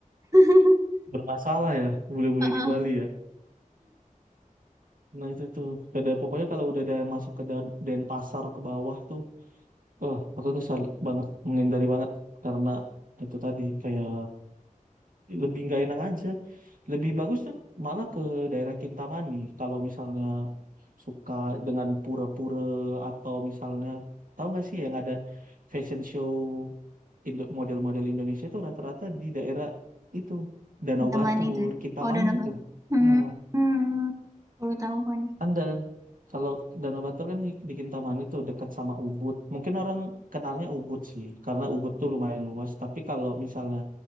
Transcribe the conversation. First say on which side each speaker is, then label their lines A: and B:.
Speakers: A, on the right (about 25°); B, on the right (about 80°).
A: <laughs>
B: bermasalah ya bule-bule
A: Heeh.
B: di Bali ya nah itu tuh Kada- pokoknya kalau udah ada masuk ke Dan Denpasar ke bawah tuh Oh, aku tuh sal- banget menghindari banget karena itu tadi kayak lebih nggak enak aja. Lebih bagus tuh malah ke daerah Kintamani kalau misalnya suka dengan pura-pura atau misalnya tahu nggak sih yang ada fashion show Indo- model-model Indonesia itu rata-rata di daerah itu Danau
A: Yang
B: Batur,
A: mana itu? ya?
B: Kintamani
A: Oh, udah dapat.
B: itu.
A: Hmm.
B: Ya,
A: hmm. Baru tahu gua nih.
B: anda kalau Danau Batur kan di, di Kintamani tuh dekat sama Ubud. Mungkin orang kenalnya Ubud sih, karena Ubud tuh lumayan luas. Tapi kalau misalnya